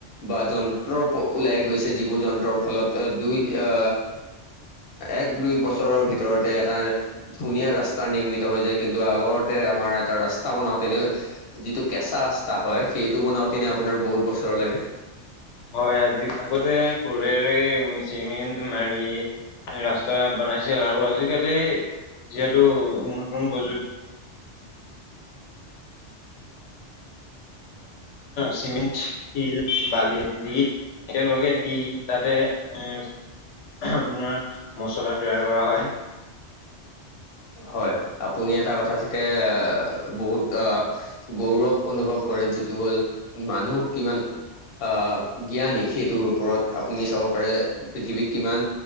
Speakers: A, on the left (about 55°); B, on the left (about 80°).
A: বা যন্ত্ৰ ওলাই গৈছে, যিবোৰ যন্ত্ৰৰ ফলত দুই আ এক দুই বছৰৰ ভিতৰতে এটা ধুনীয়া ৰাস্তা ৰাস্তা নিৰ্মিত হৈ যায়, কিন্তু আগতে আমাৰ এটা ৰাস্তা বনাওতেনে, যিটো কেঁচা ৰাস্তা হয়! সেইটো বনাওতেনে আপোনাৰ বহুত বছৰ লাগে।
B: হয়, আজি আগতে কোৰেৰে চিমেণ্ট মাৰি ৰাস্তা বনাইছিল আৰু আজিকালি, যিহেতু নতুন প্ৰযুক্তি চিমেণ্ট, শিল, বালি দি দি একেলগে দি তাতে আ আপোনাৰ মচলা তৈয়াৰ কৰা হয়।
A: <inaudible> হয়। আপুনি এটা কথা চাগে, এ বহুত অ গৌৰৱ অনুভৱ কৰে যিটো হ'ল, মানুহ কিমান আহ জ্ঞানী! সেইটো টোৰ ওপৰত আপুনি চাব পাৰে পৃথিৱীত কিমান